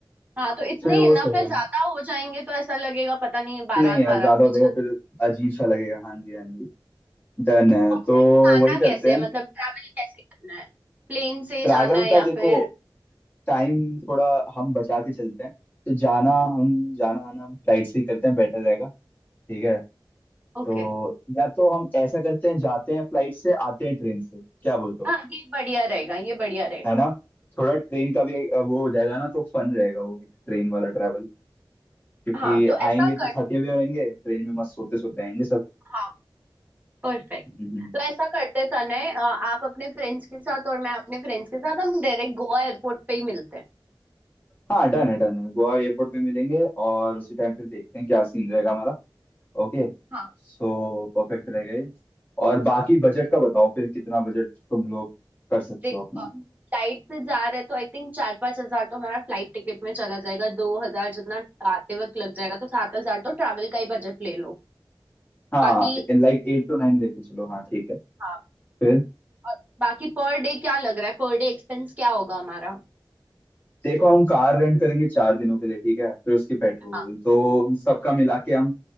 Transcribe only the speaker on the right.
हाँ तो इतने
इनफ
है
ज्यादा हो जाएंगे तो ऐसा लगेगा पता नहीं बारात
बारात
में
जाना
है।
और फिर
जाना
कैसे है
मतलब ट्रैवल कैसे करना है प्लेन से
जाना है
या
फिर
ओके
हाँ ये बढ़िया रहेगा ये बढ़िया रहेगा
हाँ तो
ऐसा
कर
हाँ परफेक्ट
तो ऐसा करते तने अ, आप अपने फ्रेंड्स के साथ और मैं अपने फ्रेंड्स के साथ हम डायरेक्ट गोवा एयरपोर्ट पे ही मिलते हैं
हाँ
देखो
अ, फ्लाइट से जा रहे हैं तो आई थिंक चार पांच हजार तो हमारा फ्लाइट टिकट में चला जाएगा दो हजार जितना आते वक्त लग जाएगा तो सात हजार तो ट्रैवल का ही बजट ले लो
बाकी
हाँ
और बाकी पर डे क्या लग रहा है पर डे एक्सपेंस क्या होगा हमारा
हाँ